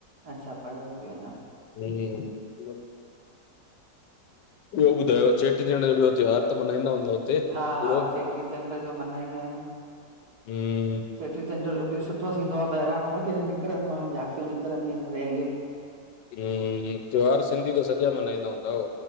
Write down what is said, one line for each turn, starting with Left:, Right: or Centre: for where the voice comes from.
Right: अच्छा पढ़नि तियू अञा।
Left: हम। ॿियो ॿुधायो, चेटीचड जो ॿियो त्योहार त मनाईंदा हूंदा हुते
Right: हा-हा,
Left: पूरो
Right: चेटीचंड जो मनाईंदा आयूं।
Left: हम्म
Right: चेटीचंड जो बि सुठो थींदो आ, बैराणो वग़ैरह निकिरंदो आ, झांकियूं निकरंदियूं ऐंन, रैलियूं
Left: ह्म्म्म्म, त्योहार सिंधी त सॼा मनाईंदा हूंदव?